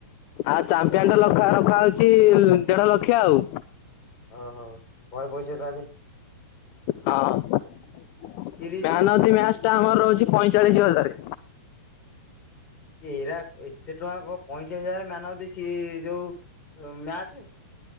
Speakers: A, on the left; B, on the left.
A: ଆଉ ଚାମ୍ପିୟନ ଟା ରଖା ରଖାହଉଛି ଦେଢ ଲକ୍ଷ ଆଉ।
B: ଅ ହ ବହେ ପଇସା ତାଆଲେ?
A: ହଁ ମ୍ୟାନଅଫ
B: ସିରିଜ
A: ଦି ମ୍ୟାଚଟା ଆମର ରହୁଛି ପଇଁଚାଳିଶ ହଜାରେ।
B: ଏଇରା ଏତେ ଟଙ୍କା କଣ ପଇଁଚାଳିଶ ହଜାର ମ୍ୟାନ ଅଫ ଦି ସି ଯୋଉ ଓ ମ୍ୟାଚେ।